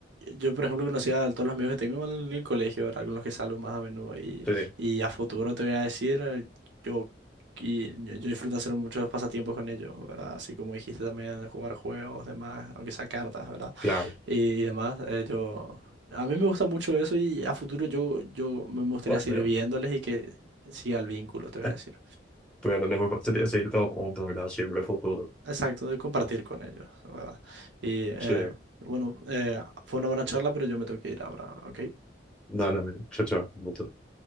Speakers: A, on the right; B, in the centre.
A: yo, por ejemplo, conocí a todos los amigos que tengo en el colegio, ¿verdad? Con los que salgo más a menudo. Y,
B: Sí,
A: y a futuro te voy a decir, eh, yo, y- yo, yo disfruto hacer muchos pasatiempos con ellos, ¿verdad? Así como dijiste también, jugar juegos, demás, aunque sea cartas, ¿verdad?
B: claro.
A: y, y demás. eh, yo, a mí me gusta mucho eso y a futuro yo, yo me gustaría
B: Bueno,
A: seguir
B: pero,
A: viéndoles y que siga el vínculo, te voy
B: eh,
A: a decir.
B: pero lo mejor sería seguir todos juntos, ¿verdad? Siempre el futuro.
A: Exacto, de compartir con ellos, ¿verdad? Y eh,
B: Sí,
A: bueno, eh, fue una buena charla, pero yo me tengo que ir ahora, ¿ok?
B: dale, amigo. chao, chao.